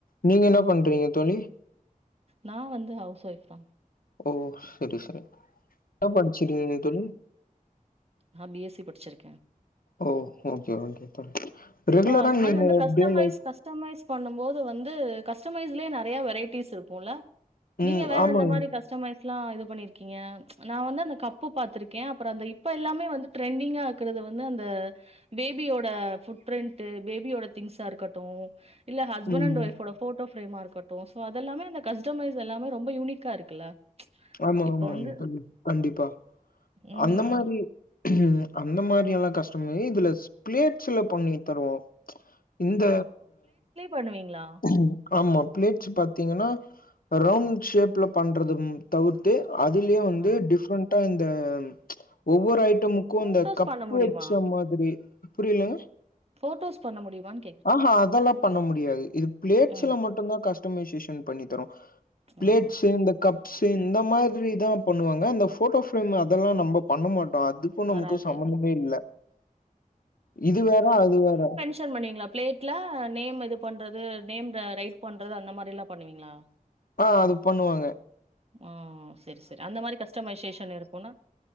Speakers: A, on the left (about 80°); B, on the right (about 45°).
A: நீங்க என்ன பண்றீங்க தோழி
B: நா வந்து ஹவுஸ் ஒய்ஃப் தா
A: ஓ செரி செரி என்ன படிச்சிருக்கீங்க தோழி
B: நா பி எஸ் சி படிச்சிருக்கே
A: ஓ ஓகே ஓகே தோழி ரெகுலரா
B: ஸோ அந்த
A: உங்க
B: மாரி
A: நீங்க
B: வந்து
A: ரொட்டீன்
B: கஸ்டமைஸ்
A: லைஃப்
B: கஸ்டமைஸ் பண்ணும் போது வந்து கஸ்டமைஸ்லயே நெறைய வெரைட்டீஸ் இருக்குல்ல நீங்க
A: ம்
B: வேற
A: ஆமாங்க
B: எந்த மாரி கஸ்டமைஸ்லா இது பண்ணீர்க்கீங்க நா வந்து அந்த கப்பு பாத்திருக்கே அப்பறோ அந்த இப்ப எல்லாமே வந்து ட்ரெண்டிங்கா இக்கறது வந்து அந்த பேபியோட ஃபுட் ப்ரிண்ட்டு பேபியோட திங்ஸா இருக்கட்டு இல்ல ஹஸ்பண்ட்
A: ம்
B: அண்ட் ஒய்ஃபோட ஃபோட்டோ ஃபேரேமா இருக்கட்டு அதெல்லாமே அந்த கஸ்டமைஸ் எல்லாமே ரொம்போ யூனிக்கா இருக்குல்ல
A: ஆமா
B: இப்ப
A: ஆமாங்
B: வந்து
A: தோழி கண்டிப்பா
B: ம்.
A: அந்த மாரி ம் அந்த மாரி எல்லா கஷ்டமை இதுல ஸ்ப்ளேட்ஸ்ஸுல பண்ணி தருவோ இந்த
B: பண்ணுவீங்ளா
A: ம் ஆமா ப்ளேட்ஸ்ஸு பாத்தீங்கன்னா ரவுண்ட் ஷேப்ல பண்றது தவிர்த்து அதுலயே வந்து
B: ஆ.
A: டிஃப்ரெண்டா இந்த ஒவ்வொரு ஐட்டமு க்கு
B: ஃபோட்டோஸ்
A: இந்த கப்
B: பண்ண முடியுமா?
A: வெச்ச மாதிரி புரியலீங்க
B: ஃபோட்டோஸ் பண்ண முடியுமான்
A: ஆஹா அதெல்லா பண்ண முடியாது இது ப்ளேட்ஸ்ல
B: ம்.
A: மட்டுந்தா கஸ்டமைசேஷன் பண்ணி தருவோ ப்ளேட்ஸு
B: ஆ.
A: இந்த கப்ஸு இந்த மாதிரி தா பண்ணுவாங்க அந்த ஃபோட்டோ ஃப்ரேம் அதெல்லா நம்ப பண்ண மாட்டோ அது க்கு நமக்கு
B: வராது
A: சம்மந்தமே
B: ம்
A: இல்ல இது வேற அது வேற
B: ஷன் பண்ணுவீங்ளா ப்ளேட்ல நேம் இது பண்றது நேம் ர ரைட் பண்றது அந்த மாரி எல்லா பண்ணுவீங்களா
A: ஆ அது பண்ணுவோங்க
B: ம் செரி செரி அந்த மாரி கஸ்டமைசேஷன் இருக்குன்னா